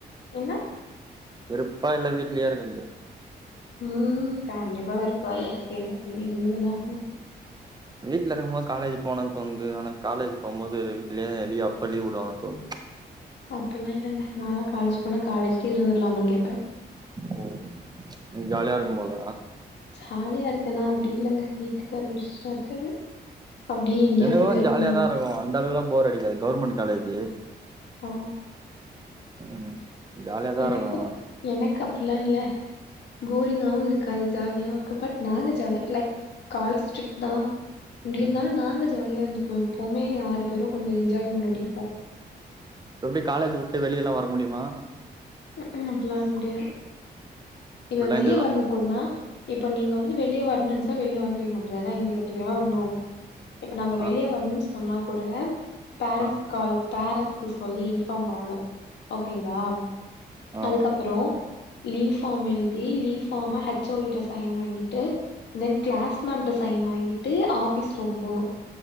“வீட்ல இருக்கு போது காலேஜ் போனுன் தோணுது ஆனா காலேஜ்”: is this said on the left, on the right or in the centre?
Right